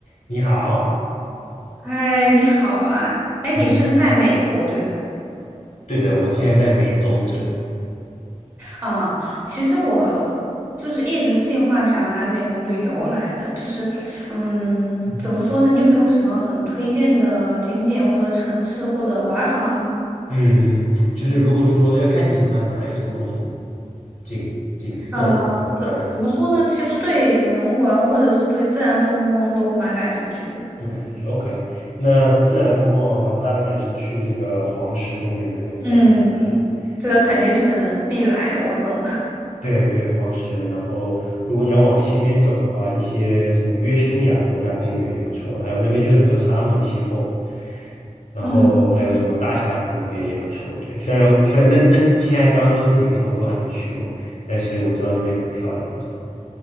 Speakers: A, on the left (about 75°); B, on the right (about 15°).
A: 你好，
B: 嗨，你好啊！哎，
A: 嗯
B: 你是在美国对吧？
A: 对的，我现在在美东这里。
B: 啊，其实我就是一直计划想来美国旅游来着，就是，嗯，
A: 嗯
B: 怎么说呢？你有没有什么很推荐的景点或者城市或者玩法吗？
A: 嗯嗯就是如果说要看你喜欢哪一种种景景色或景观
B: 呃，怎怎么说呢？其实对人文或者是对自然风光都蛮感兴趣的。
A: 都感兴趣，OK。那自然风光的话，当然是去这个黄石公园那边比较好。
B: 嗯嗯，
A: 是，
B: 这个肯定是必来的，
A: 对。
B: 我懂的。
A: 对对，黄石。然后，如果你要往西边走的话，一些什么约书亚国家公园也不错，还有那边就是很多沙漠气候，然后还有什么大峡谷那边也不错。
B: 嗯
A: 对，虽然虽然那那现在刚说那几个地方我都还没去过，但是我知道那边很漂亮。这样，